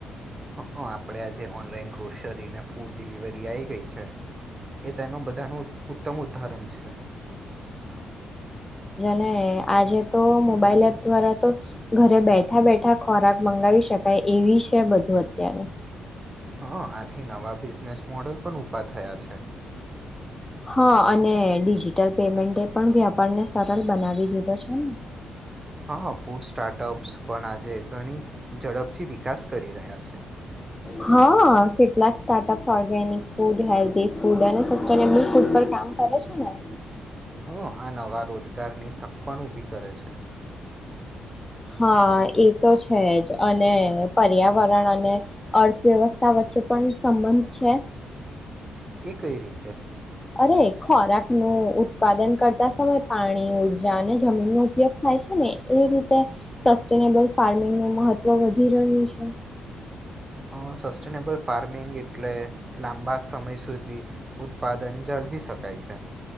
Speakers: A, on the right (about 25°); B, on the left (about 15°).
A: હ આપણે આજે ઓનલાઈન ગ્રોસરી અને ફૂડ ડિલિવરી આવી ગઈ છે એ તેનું બધું તેનું ઉત્તમ ઉદાહરણ છે
B: ને આજે તો મોબાઈલ એપ દ્વારા તો ઘરે બેઠા બેઠા ખોરાક મંગાવી શકાય એવી છે બધું અત્યારે
A: હા આથી નવા બિઝનેસ મોડલ પણ ઉભા થયા છે
B: હા અને ડિજિટલ પેમેન્ટ એ પણ વ્યાપારને સરળ બનાવી દીધો છે ને
A: હા હ ફૂડ સ્ટાર્ટઅપ્સ પણ આજે ઘણી ઝડપથી વિકાસ કરી રહ્યા છે
B: હા કેટલાક startups organic food health food અને સબલ ફૂડ પર કામ કરે છે ને
A: તો આ નવા રોજગારની તક પણણ ઊભી કરે છે
B: હા એ તો છે જ અને પર્યાવરણ અને અર્થવ્યવસ્થા વચ્ચે પણ સંબંધ છે
A: એ કઈ રીતે
B: અરે ખોરાક નું ઉત્પાદન કરતા સમય પાણી ઉર્જા અને જમીનનો ઉપયોગ થાય છે ને એ રીતે સસ્ટેનેબલ ફાર્મિંગ ન મહત્વ વધી રહ્યું છે
A: સસ્ટેનેબલ ફાર્મિંગ એટલે લાંબા સમય સુધી ઉત્પાદન જાળવી શકાય છે